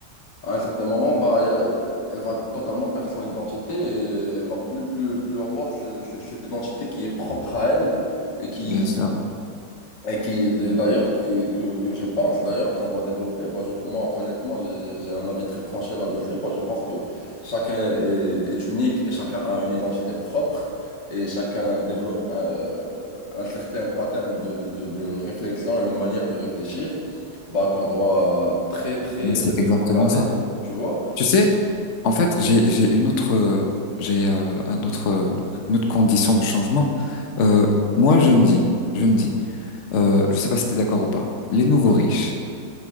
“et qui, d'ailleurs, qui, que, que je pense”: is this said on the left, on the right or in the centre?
Left